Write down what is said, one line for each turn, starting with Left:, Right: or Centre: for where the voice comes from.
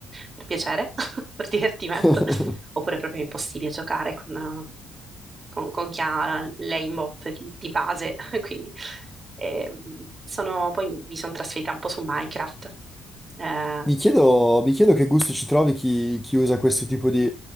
Right: per piacere, <laughs> per divertimento,
Centre: <laughs>
Right: oppure proprio impossibile giocare con, con- con chi ha l'aimbot di, di base. <laughs> Quindi ehm, sono- poi mi sono trasferita un po' su Minecraft. Eh,
Centre: Mi chiedo, mi chiedo che gusti ci trovi chi, chi usa questo tipo di,